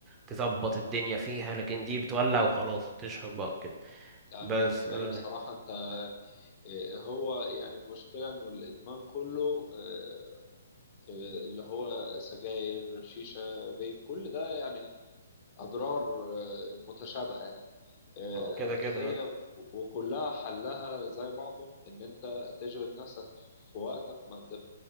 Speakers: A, on the right; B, on the left.
A: تظبط الدنيا فيها لكن دي بتولع وخلاص تشرب بقى وكده
B: انا
A: بس
B: بالنسبه
A: آه
B: لي بصراحه انت آه، هو يعني المشكلة إنه الإدمان كله آه، آه، اللي هو سجاير شيشة فيب كل ده يعني أضرار آه، متشابهة يعني آه،
A: ما هو كده كده
B: هي وكلها حلها زي بعضه إن أنت تشغل نفسك في وقتك ما تب...